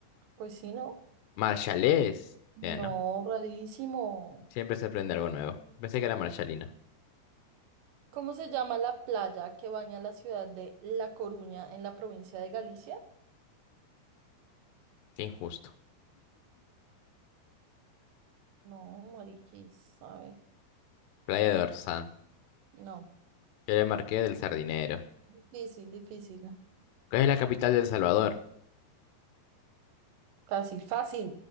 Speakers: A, on the right; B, on the left.
A: pues sí, ¿no?
B: Marshallés. Ya,
A: No,
B: ¿no?
A: rarísimo.
B: Siempre se aprende algo nuevo. Pensé que era Marshallina.
A: ¿Cómo se llama la playa que baña la ciudad de La Coruña en la provincia de Galicia?
B: Qué injusto.
A: No, mariquis, a ver,
B: Playa de Orsán.
A: no.
B: Yo le marqué del Sardinero.
A: Difícil, difícil.
B: ¿Cuál es la capital de El Salvador?
A: Fácil, fácil.